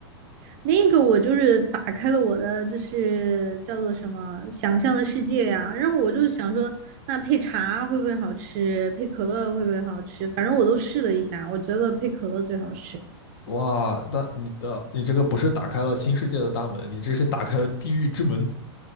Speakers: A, on the right; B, on the left.
A: 那个我就是打开了我的就是叫做什么想象的世界呀、然后我就想说，那配茶会不会好吃？配可乐会不会好吃？反正我都试了一下，我觉得配可乐最好吃。
B: 哇，那你的、呃你这个不是打开了新世界的大门，你这是打开了地狱之门